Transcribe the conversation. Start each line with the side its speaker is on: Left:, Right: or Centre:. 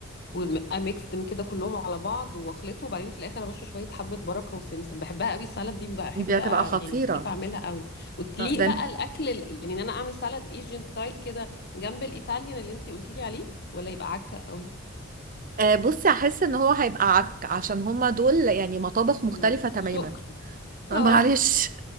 Left: ويبقى ميكستم كده كلهم على بعض واخلطه وبعدين في الاخر ارش شويه حبه بركه وسمسم بحبها قوي السلطه دي بحب
Right: دي هتبقى
Left: يعني
Right: خطيرة
Left: في الصيف اعملها قوي وتليق
Right: آه، ده
Left: بقى
Right: انت
Left: الاكل ال- يعني ان انا اعمل سلطه ايجين ستايل كده جنب الايطاليان اللي انتي قلتي لي عليه ولا يبقى عكه قوي
Right: آه، بصي هحس ان هو هيبقى عك عشان هما دول يعني مطابخ مختلفة
Left: مم.
Right: تماما
Left: شكرا
Right: <laughs> معلش
Left: اهو